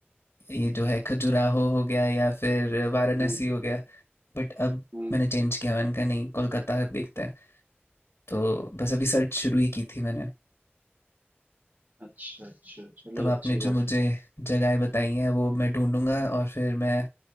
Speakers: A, on the left (about 80°); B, on the right (about 40°).
A: ये जो है खजुराहो हो गया या फिर वाराणसी
B: हम्म
A: हो गया बट अब
B: हम्म
A: मैंने चेंज किया मैंने कहा नहीं कोलकाता देखते हैं तो बस अभी सर्च शुरू ही की थी मैंने
B: अच्छा अच्छा चलो
A: तो आपने
B: अच्छी बात
A: जो मुझे
B: है
A: जगहें बताई हैं वो मैं ढूंढूंगा और फिर मैं